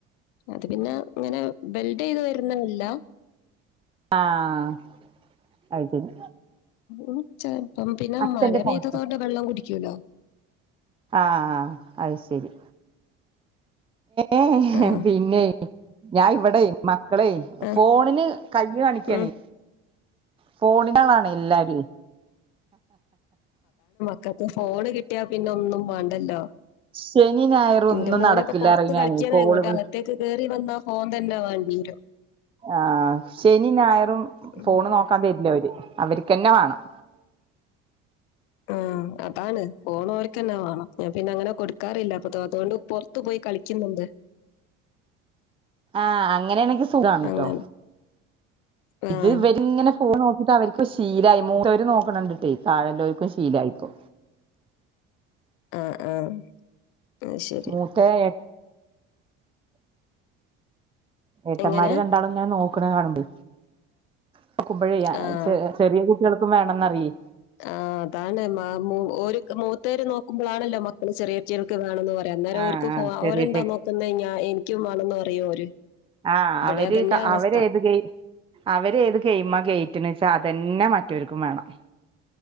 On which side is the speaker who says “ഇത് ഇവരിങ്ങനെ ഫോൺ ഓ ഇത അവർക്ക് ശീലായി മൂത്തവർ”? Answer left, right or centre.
Right